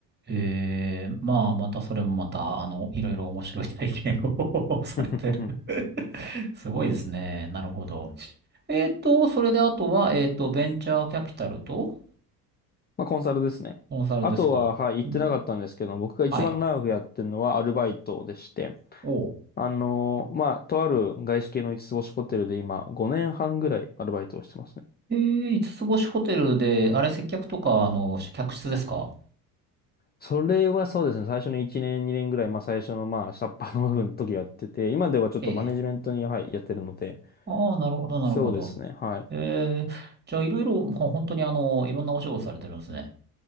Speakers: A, on the right; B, on the left.
A: ええまあ、またそれもまた、あの、いろいろ面白い体験を <laughs> されてる
B: <laughs>
A: <laughs> すごいですね。なるほど。えっと、それであとは、えっと、ベンチャーキャピタルと
B: まあ、コンサルですね。
A: コンサルですか。
B: あとは、はい、言ってなかったんですけど、
A: うん
B: 僕が一番長くやってるのはアルバイトでして、
A: はい。おう。
B: あのーまあ、とある外資系の五つつ星ホテルで今、5年半ぐらいアルバイトをしてますね。
A: ええ五つ星ホテルで、あれ、接客とか、あの、客室ですか
B: それはそうですね、最初の1年、2年ぐらい、まあ、最初の、まあ、下っ端の部分の時やってて、今ではちょっとマネジメントに、
A: ええ。
B: はい、やってるので、
A: ああ、なるほど、なるほど。
B: そうですね、はい。
A: ええじゃあ、いろいろ、ほ本当にあの、いろんなお仕事されてるんですね。